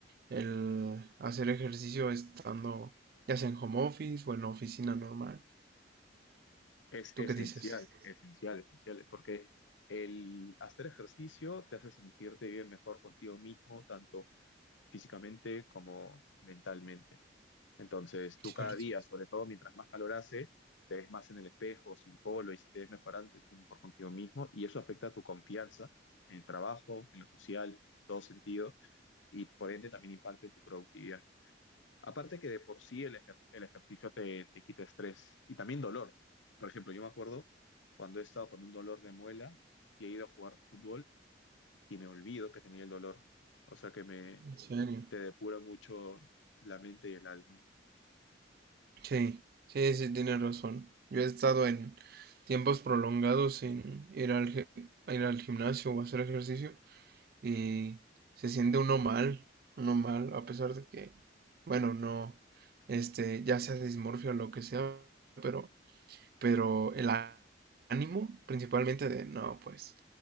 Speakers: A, on the right (about 50°); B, on the left (about 85°).
A: el hacer ejercicio estando ya sea en home office o en la oficina normal.
B: Es
A: ¿Tú
B: esencial,
A: qué dices?
B: esencial, esencial, porque el hacer ejercicio te hace sentirte bien mejor contigo mismo, tanto físicamente como mentalmente. Entonces, tú
A: Cierto.
B: cada día, sobre todo mientras más calor hace, te ves más en el espejo, sin polo, y si te ves mejorando, te sientes mejor contigo mismo, y eso afecta a tu confianza en el trabajo, en lo social, en todo sentido, y por ende también impacta en tu productividad. Aparte que de por sí el, ejer- el ejercicio te, te quita estrés y también dolor. Por ejemplo, yo me acuerdo cuando he estado con un dolor de muela y he ido a jugar fútbol y me olvido que tenía el dolor. O sea que me
A: ¿En serio?
B: te depura mucho la mente y el alma.
A: Sí, sí, sí, tienes razón. Yo he estado en tiempos prolongados sin ir al, ge- a ir al gimnasio o hacer ejercicio y se siente uno mal, uno mal, a pesar de que, bueno, no, este, ya sea dismorfia o lo que sea, pero pero el á- ánimo principalmente de, no, pues